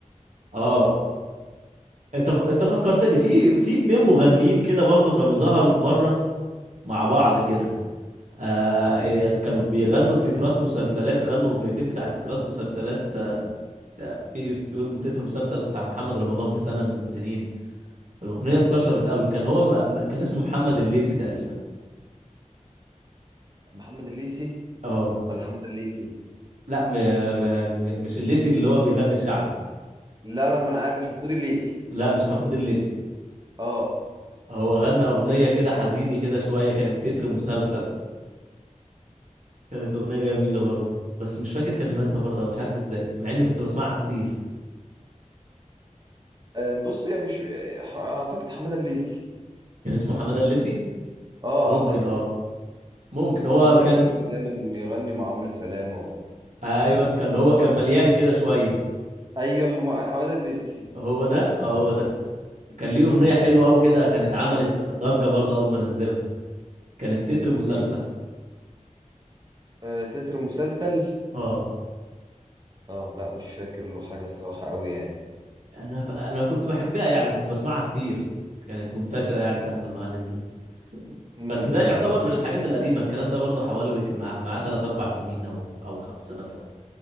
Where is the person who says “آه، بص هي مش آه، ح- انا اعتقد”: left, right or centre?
Right